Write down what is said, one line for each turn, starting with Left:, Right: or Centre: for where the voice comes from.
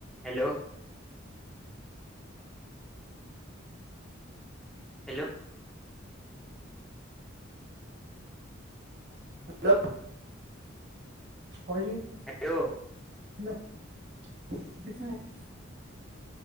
Centre: Hello hello
Right: <inaudible> hello होजी
Centre: hello
Right: <inaudible>